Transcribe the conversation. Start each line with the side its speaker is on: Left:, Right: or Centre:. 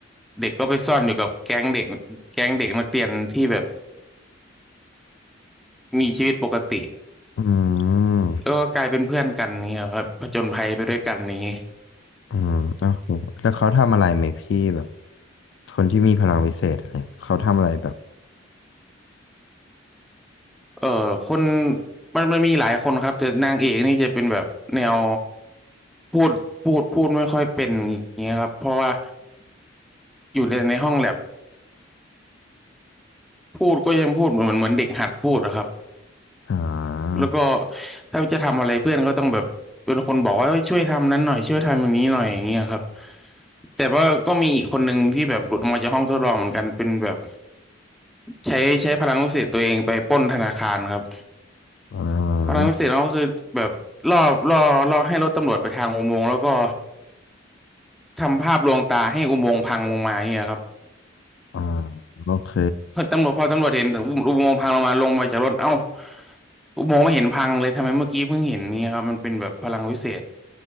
Centre: เด็กก็ไปซ่อนอยู่กับแก๊งเด็กแก๊งเด็กนักเรียนที่แบบมีชีวิตปกติ
Left: อืม
Centre: แล้วก็กลายเป็นเพื่อนกันเนี่ยครับผจญภัยไปด้วยกันนี้
Left: อืมโอเคแล้วเขาทำอะไรไหมพี่แบบคนที่มีพลังวิเศษอะไรเนี่ยเขาทำอะไรแบบ
Centre: เออคนมันมันมีหลายคนครับแต่นางเอกนี่จะเป็นแบบแนว พูดพูดพูดไม่ค่อยเป็นอย่างเงี้ยครับเพราะว่าอยู่ในในห้องแลบพูดก็ยังพูดเหมือนเหมือนเด็กหัดพูดอะครับ
Left: อ่า
Centre: แล้วก็ถ้าจะทำอะไรเพื่อนก็ต้องแบบเป็นคนบอกว่าเฮ้ยช่วยทำนั้นหน่อยช่วยทำอย่างนี้หน่อยอย่างเงี้ยครับแต่ว่าก็มีอีกคนหนึ่งที่แบบหลุดออกมาจากห้องทดลองเหมือนกันเป็นแบบใช้ใช้พลังวิเศษตัวเองไปปล้นธนาคารครับ
Left: อ่า
Centre: พลังวิเศษเขาก็คือแบบล่อล่อล่อให้รถตำรวจไปทางอุโมงค์แล้วก็ทำภาพลวงตาให้อุโมงค์พังลงมาอย่างเงี้ยครับ
Left: อ่าโอเค
Centre: พอตำรวจพอตำรวจเห็นอุโมงค์พังลงมาลงมาจากรถเอ้า อมโงไม่เห็นพังเลยทำไมเมื่อกี้เพิ่งเห็นเนี่ยครับมันเป็นแบบพลังวิเศษ